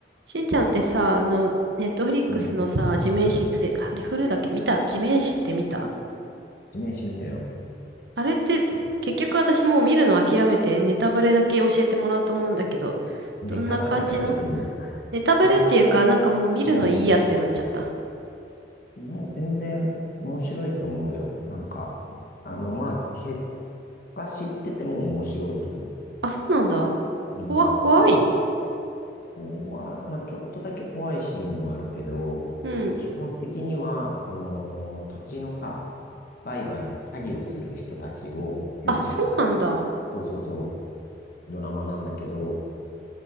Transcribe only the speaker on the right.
しんちゃんってさ、あの、ネットフリックスのさ、
地面師って、あれ、フルだっけ見た地面師って見た
あれって、
結局私もう見るの諦めて、ネタバレだけ教えてもらおうと思うんだけど、
どんな感じのネタバレっていうか、
なんかもう見るのいいやってなっちゃった。
あ、そうなんだ。
怖、怖い。
うん。
あ、そうなんだ。